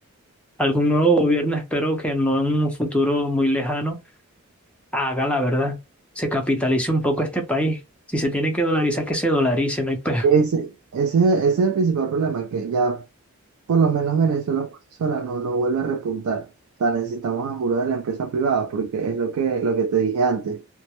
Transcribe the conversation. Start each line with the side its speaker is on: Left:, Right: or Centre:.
Centre: algún nuevo gobierno, espero que no en un futuro muy lejano, haga la verdad, se capitalice un poco este país. Si se tiene que dolarizar, que se dolarice, no hay peor.
Right: ese, ese, ese es el principal problema, que ya por lo menos Venezuela por sí sola no, no vuelve a repuntar. O sea, necesitamos ayuda de la empresa privada, porque es lo que, lo que te dije antes.